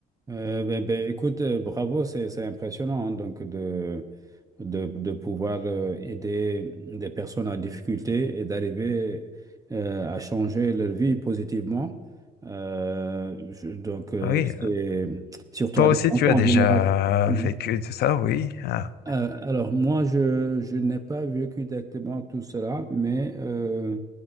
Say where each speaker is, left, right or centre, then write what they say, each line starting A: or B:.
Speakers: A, on the right (about 20°); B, on the left (about 70°).
A: Euh, ben, ben, écoute euh, bravo c'est c'est impressionnant hein, donc de de, de pouvoir euh, aider des personnes en difficulté et d'arriver euh, à changer leur vie positivement. Euh, je- donc, euh,
B: Ah Oui,
A: c'est surtout
B: toi
A: à
B: aussi
A: des enfants
B: tu as déjà
A: vulnérables. Mhm.
B: vécu de ça, oui. Ah,
A: Euh, alors, moi, je, je n'ai pas vécu directement tout cela, mais euh,